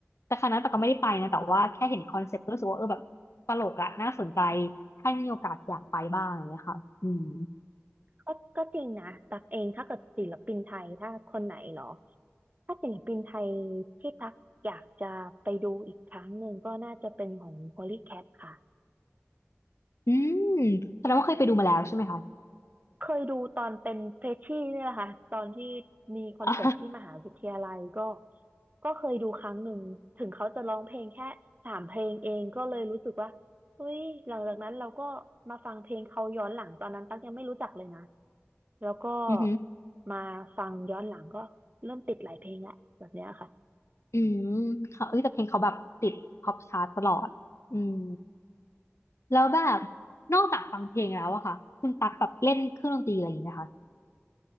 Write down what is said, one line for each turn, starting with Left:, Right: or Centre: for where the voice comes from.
Left: แต่ครั้งนั้นแต่ก็ไม่ได้ไปนะแต่ว่าแค่เห็นคอนเซ็ปต์ก็รู้สึกว่าเออแบบตลกอะน่าสนใจถ้ามีโอกาสอยากไปบ้างอะไรอย่างเงี้ยค่ะอืม
Right: ก็ก็จริงนะตักเองถ้าเกิดศิลปินไทยถ้าคนไหนเหรอถ้าศิลปินไทยที่ตักอยากจะไปดูอีกครั้งหนึ่งก็น่าจะเป็นของ Polycat ค่ะ
Left: อืมแสดงว่าเคยไปดูมาแล้วใช่ไหมคะ
Right: เคยดูตอนเป็นเฟรชชี่เนี่ยแหละค่ะตอนที่มีคอนเสิร์ตที่มหาวิทยาลัยก็
Left: อา
Right: ก็เคยดูครั้งหนึ่งถึงเขาจะร้องเพลงแค่สามเพลงเองก็เลยรู้สึกว่าเฮ้ยหลังจากนั้นเราก็มาฟังเพลงเขาย้อนหลังตอนนั้นตั๊กยังไม่รู้จักเลยนะแล้วก็
Left: <laughs> อือหือ
Right: มาฟังย้อนหลังก็เริ่มติดหลายเพลงแหละแบบเนี้ยค่ะ
Left: อืมค่ะเอ้ยแต่เพลงเขาแบบติดท็อปชาร์ตตลอดอืมแล้วแบบนอกจากฟังเพลงแล้วอะค่ะคุณตักแบบเล่นเครื่องดนตรีอะไรอย่างนี้ไหมคะ